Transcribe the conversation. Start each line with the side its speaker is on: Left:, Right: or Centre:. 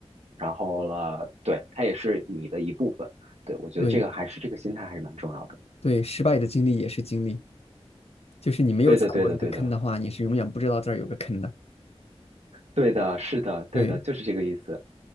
Right: 然后了，对，它也是你的一部分。对，我觉得这个还是这个心态还是蛮重要的。
Left: 对。对，失败的经历也是经历，就是你没有踩过这个坑的话，
Right: 对的，对的，对的，
Left: 你是永远不知道这儿有个坑的。
Right: 对的，是的，对的，
Left: 对
Right: 就是这个意思。